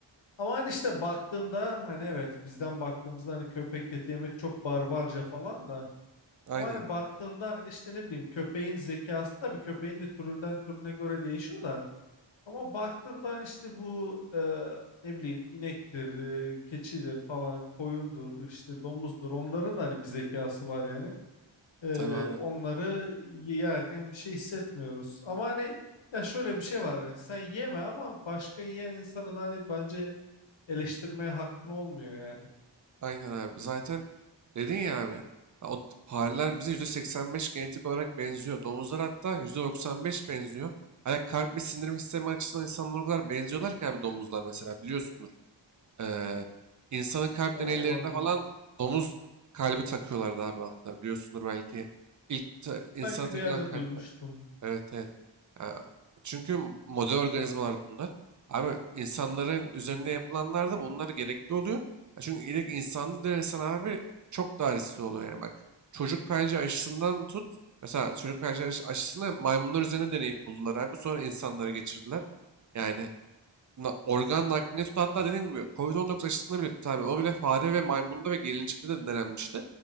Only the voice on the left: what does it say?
Ama hani işte baktığında hani evet bizden baktığımızda hani köpek eti yemek çok barbarca falan da.
Ama hani baktığında hani işte ne bileyim köpeğin zekası da bir köpeğin de türünden türüne göre değişiyor da. Ama baktığında hani işte bu e, ne bileyim inektir, e, keçidir falan, koyundur, işte domuzdur. Onların da hani bir zekası var yani. E,
onları yerken bir şey hissetmiyoruz. Ama hani ya şöyle bir şey var. yani sen yeme ama başka yiyen insanı da hani bence eleştirmeye hakkın olmuyor yani.
O
olabilir.
Sanki
bir yerde
duymuştum.